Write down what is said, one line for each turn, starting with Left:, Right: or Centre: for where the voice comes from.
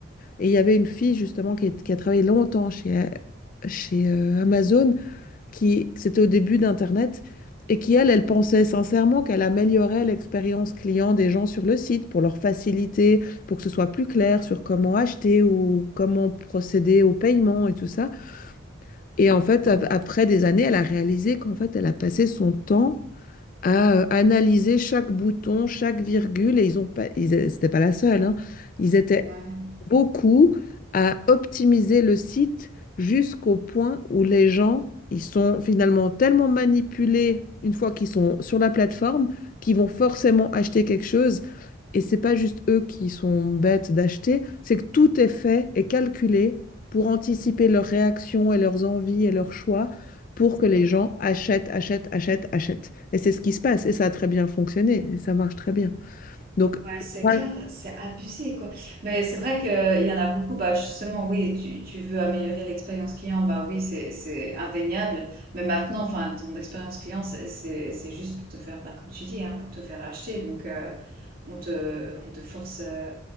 Left: Et il y avait une fille justement qui, est- qui a travaillé longtemps chez, chez euh, Amazon qui c'était au début d'Internet et qui, elle, elle pensait sincèrement qu'elle améliorait l'expérience client des gens sur le site pour leur faciliter, pour que ce soit plus clair sur comment acheter ou comment procéder au paiement et tout ça. Et en fait, ap- après des années, elle a réalisé qu'en fait, elle a passé son temps à euh, analyser chaque bouton, chaque virgule, et ils ont pas, ils, c'était pas la seule, hein. ils étaient
Right: Ouais.
Left: beaucoup à optimiser le site jusqu'au point où les gens, ils sont finalement tellement manipulés une fois qu'ils sont sur la plateforme, qu'ils vont forcément acheter quelque chose. Et c'est pas juste eux qui sont bêtes d'acheter, c'est que tout est fait et calculé pour anticiper leurs réactions et leurs envies et leurs choix pour que les gens achètent, achètent, achètent, achètent. Et c'est ce qui se passe. Et ça a très bien fonctionné. Et ça marche très bien. Donc,
Right: Ouais, c'est
Left: ouais,
Right: clair, c'est abusé, quoi. Mais c'est vrai qu'il y en a beaucoup, bah justement, oui, tu, tu veux améliorer l'expérience client, bah oui, c'est, c'est indéniable. Mais maintenant, enfin, ton expérience client, c'est, c'est, c'est juste pour te faire, bah, comme tu dis, hein, pour te faire acheter. Donc, euh, on te, on te force, euh,